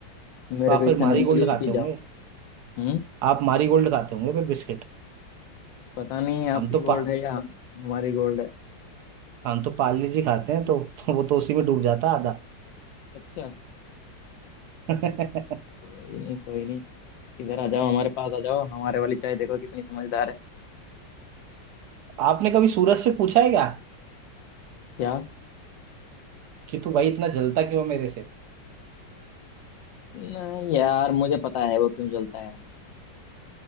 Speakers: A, on the left; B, on the right.
A: मेरे
B: तो आप
A: को इच्छा
B: फिर मारी
A: नहीं
B: गोल्ड
A: मुझे भी
B: खाते
A: पी
B: होंगे
A: हम्म
B: आप मारी गोल्ड खाते होंगे फिर बिस्किट
A: पता नहीं आपकी
B: हम तो
A: गोल्ड
B: पा
A: है या हमारी गोल्ड है
B: हम तो पार्ले जी खाते हैं तो, <laughs> तो वो तो उसी में डूब जाता है आधा
A: अच्छा
B: <laughs>
A: कोई नहीं कोई नहीं इधर आ जाओ हमारे पास आ जाओ हमारे वाली चाय देखो कितनी समझदार है
B: आपने कभी सूरज से पूछा है क्या
A: क्या
B: कि तू भाई इतना जलता क्यों है मेरे से
A: नहीं यार मुझे पता है वो क्यों जलता है